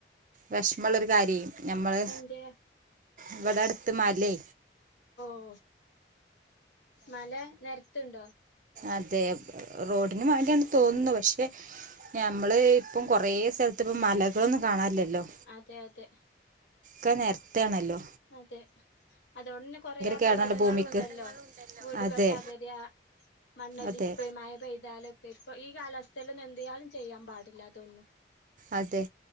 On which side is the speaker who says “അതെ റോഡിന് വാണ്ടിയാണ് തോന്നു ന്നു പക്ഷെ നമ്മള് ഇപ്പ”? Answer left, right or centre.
Right